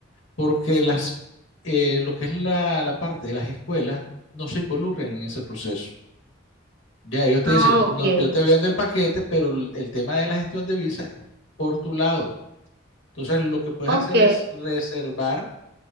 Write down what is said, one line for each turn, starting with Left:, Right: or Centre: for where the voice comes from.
Left: porque las, eh, lo que es la, la parte de las escuelas no se involucran en ese proceso. Ya ellos te
Right: Ah,
Left: dicen,
Right: ok.
Left: no, yo te vendo el paquete, pero el, el tema de la gestión de visa es por tu lado. Entonces, lo que puedes
Right: Ok.
Left: hacer es reservar